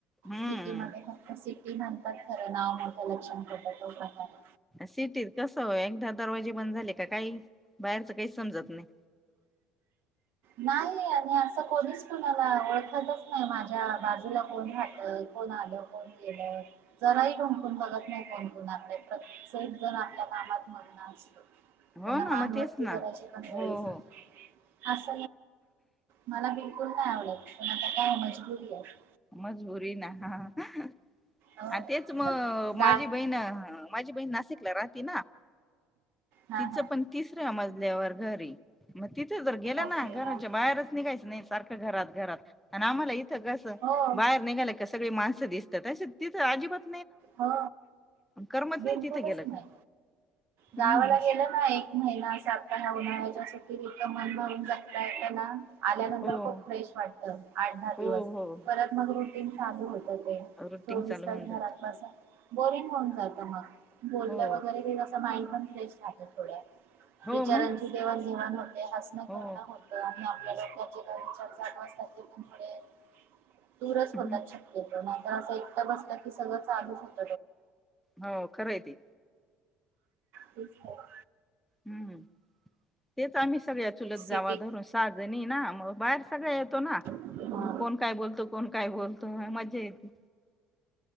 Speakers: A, in the centre; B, on the right.
A: हम्म
B: सीटी मध्ये फक्त सिटी ते, म्हणतात खर नाव मोठं लक्षण खोटं तो प्रकार.
A: सिटीत कसं एकदा, दरवाजे बंद झाले का काही बाहेरच काही समजत नाही.
B: नाही आणि असं कोणीच कुणाला ओळखतच नाही. माझ्या बाजूला, कोण राहत कोण आलं कोण गेलं जरा ही ढोकून बगत नाहीत कोणकुणाकडे प्रत्येक जण आपल्या कामात मग्न असतो.
A: हो
B: त्यांना
A: ना
B: मान
A: मग
B: वरती
A: तेच ना
B: करायची पण वेळे
A: हो
B: नसते
A: हो
B: अस मला बि चुकून नाय आवडत, पण आता काय मजबुरी आहे.
A: मजबुरी ना हाहा.
B: हो
A: हा तेच म
B: गा
A: माझी बहीण माझी बहीण नासिक राती ना
B: हा
A: तिच
B: हा
A: पण तिच तिसऱ्या मजल्या वर घरयं मग तीत तर गेलं
B: ओके
A: ना घराच्या
B: हा
A: बाहेरच निघायच नाही. सारखं घरात घरात आणि आम्हाला इथं कसं
B: हो
A: बाहेर निघाल का सगळी माणसं दिसतात अ तिथं अजिबात
B: हो
A: करमत
B: बिलकुलचं
A: नाही तिथं गेलं
B: नाही,
A: का हम्म
B: गावाला
A: हम्म.
B: गेलं ना एक महिना सात ह्या उन्हाळ्याच्या सुट्टीत इतकं, मन भरून जगता येतना आल्यानंतर
A: हो
B: खूप फ्रेश वाटत. आठ दहा
A: हो
B: दिवस,
A: हो
B: परत मग रुटीन चालू होत. ते
A: रुटीन
B: चोवीस
A: चालू
B: तास
A: होऊन
B: घरात
A: जात
B: बोरींग होऊन जात मग. बोल्ल
A: हो
B: वगैरे कि, कस माईंड? मन फ्रेश राहत थोड्या
A: हो
B: विचारांची
A: मग
B: देवाण घेवाण होते. हसण
A: हो
B: खेळणं होत आणि आपल्या डोक्यात जे काही विचार चालू असतात, ते पण थोडे दूरच
A: हम्म.
B: होतात शक्य तो म आता, असं एकट बसल की सगळ चालूच हाय.
A: हाव खरंय ते.
B: तीच तर.
A: हम्म तेच आमी सगळ्या चुलत
B: सिटी
A: जावा धरून सहा जणी नहीं ना मग बाहेर सगळ येतो ना,
B: हा
A: मग कोण काय बोलतो? कोण काय बोलतो? हा मज्जा येती,